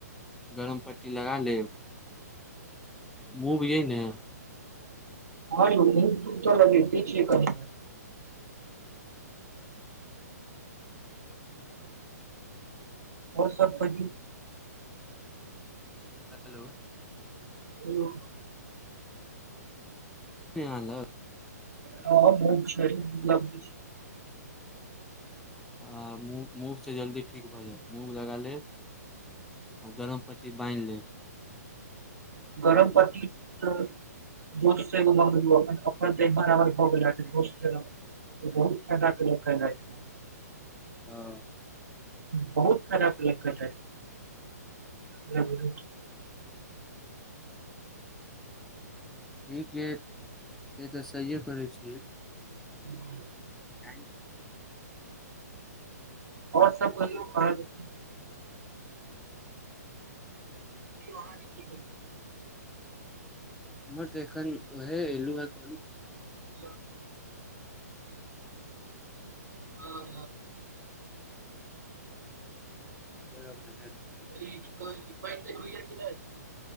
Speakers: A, in the centre; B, on the right (about 65°).
A: गरम पट्टी लगा लेब मूव ये ने
B: हँ यो मुव तुव त लगेते छी कनि <unintelligible> ओर सब प
A: हेलो
B: हेलो
A: छै अहाँ लंग
B: हँ बहुत छै मतलब
A: आ मुह <inaudible> मुव सँ जल्दी ठीक भऽ जायत मूँव लगा लेब आ गरम पत्ती बान्ह लेब
B: गरम पत्ती त दोस्तसँ एगो मलहम ललेहुँ अपन त एम्हर आमहर भे गेल हायत बहुत फैदा कए लक आइ राति मे
A: हँ
B: बहुत फैदा केलक आइ राति मे
A: ठीक य से तऽ सहिए कहै छीये
B: ह
A: टाइम प
B: ओर सब कहियो अहाँ के की
A: हमर तऽ एखन ओहे अय ऐलु हांय
B: ह <inaudible> हँ हँ
A: जब नहि होैत <inaudible>
B: ठीक पैन तैन होई या कि नै